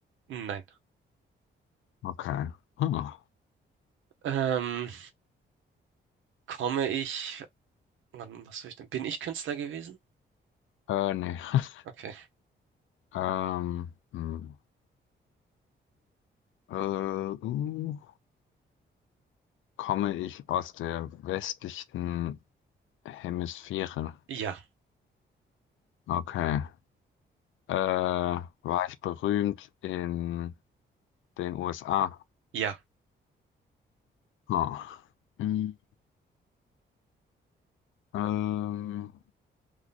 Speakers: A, on the right (about 80°); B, on the left (about 85°).
A: nein.
B: Okay. Hm.
A: Ähm, komme ich Wann, was soll ich denn? Bin ich Künstler gewesen?
B: Äh, nee. <laughs>
A: Okay.
B: Ähm, hm. Äh, uh, komme ich aus der westlichen Hemisphäre?
A: Ja,
B: Okay. Äh, war ich berühmt in den USA?
A: ja,
B: Hm. Hm, Ähm,